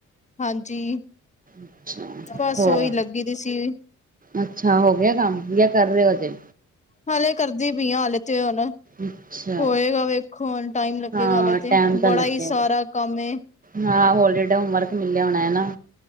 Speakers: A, on the left; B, on the right.
A: ਹਾਂਜੀ,
B: ਅੱਛਾ
A: ਬਸ
B: ਹੋਰ
A: ਓਈ ਲੱਗੀ ਦੀ ਸੀ।
B: ਅੱਛਾ, ਹੋ ਗਿਆ ਕੰਮ, ਯਾ ਕਰ ਰੇ ਓ ਅਜੇ?
A: ਹਾਲੇ ਕਰਦੀ ਪੀ ਆਂ, ਹਾਲੇ ਤੇ ਹੁਨ
B: ਅੱਛਾ
A: ਹੋਏਗਾ ਵੇਖੋ। ਹੁਣ ਟਾਈਮ ਲੱਗੇਗਾ
B: ਹਾਂ
A: ਹਾਲੇ ਤੇ,
B: ਟਾਈਮ ਤਾਂ
A: ਬੜਾ
B: ਲੱਗਿਆ
A: ਈ ਸਾਰਾ ਕੰਮ ਏ।
B: ਹਾਂ, ਹੋਲੀਡੇਡ ਹੋਮਵਰਕ ਮਿਲਿਆ ਹੋਨੈ ਨਾ।